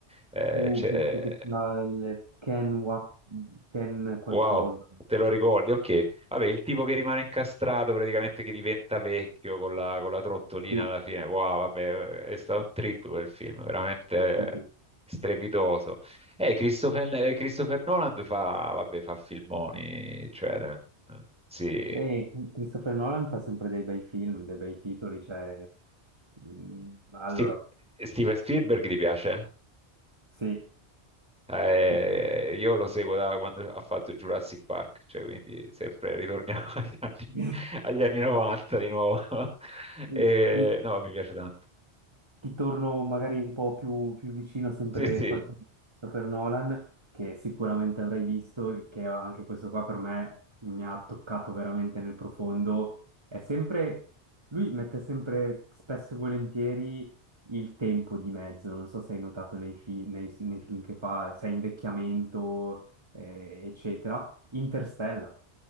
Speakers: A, in the centre; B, on the right (about 25°).
A: eh,
B: Uh,
A: c'è-
B: penso che sia il Ken, Wa- Ken qualcosa.
A: Wow, te lo ricordi? Ok, vabbè, il tipo che rimane incastrato praticamente che diventa vecchio con la, con la trottolina
B: Sì,
A: alla fine. Wow, vabbè, è stato un trip quel film, veramente
B: sì, sì.
A: strepitoso. Eh, Christopher, eh, Christopher Nolan fa, vabbè, fa filmoni, cioè, eh, sì.
B: E Chi- Christopher Nolan fa sempre dei bei film, dei bei titoli, cioè... Mm, Allora,
A: Steve- Steven Spielberg ti piace?
B: sì,
A: Eh,
B: Sì.
A: io lo seguo da quando ha fatto Jurassic Park, cioè quindi sempre ritorniamo <laughs> agli anni,
B: Io
A: agli anni 90 di nuovo. <laughs> Eh,
B: io
A: no, mi piace tanto.
B: ti torno magari un po' più, più vicino, sempre
A: Sì, sì,
B: qualcosa di Christopher Nolan, che sicuramente avrai visto, e che anche questo qua per me mi ha toccato veramente nel profondo. È sempre, lui mette sempre spesso e volentieri il tempo di mezzo, non so se hai notato nei, fi- nei- nei film che fa, se è invecchiamento, eh, eccetera. Interstellar.